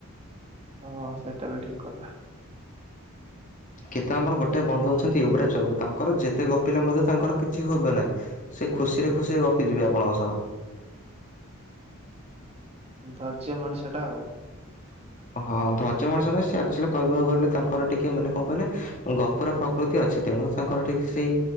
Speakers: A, on the right; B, on the left.
A: ହଁ ସେଇଟା ବି ଠିକ କଥା।
B: କିନ୍ତୁ ଆମର ଗୋଟେ ବନ୍ଧୁ ଅଛନ୍ତି ୟବରାଜ ବାବୁ ତାଙ୍କର ଯେତେ ଗପିଲେ ମଧ୍ୟ ତାଙ୍କର କିଛି ହବ ନାହିଁ ସେ ଖୁସିରେ ଖୁସିରେ ଗପି ଯିବେ ଆପଣଙ୍କ ସହ।
A: ଧୈର୍ଯ୍ୟ ମଣିଷ ଟା ଆଉ।
B: ହଁ ଧୈର୍ଯ୍ୟ ମଣିଷ ନୁହେଁ ସେ ଆକ୍ଚୁଆଲି କହିବାକୁ ଗଲେ ତାଙ୍କର ଟିକେ ମାନେ କଣ କହିଲେ ଗପୁରା ପ୍ରକୃତି ଅଛି ତେଣୁ ତାଙ୍କର ସେଇ